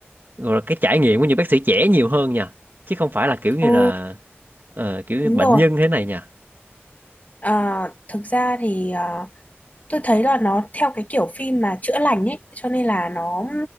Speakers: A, on the right (about 50°); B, on the left (about 35°).
A: rồi là cái trải nghiệm của những bác sĩ trẻ nhiều hơn nha chứ không phải là kiểu như
B: ồ
A: là ờ, kiểu như
B: đúng
A: bệnh
B: rồi
A: nhân thế này nha
B: à, thực ra thì à, tôi thấy là nó theo cái kiểu phim mà chữa lành ấy cho nên là nó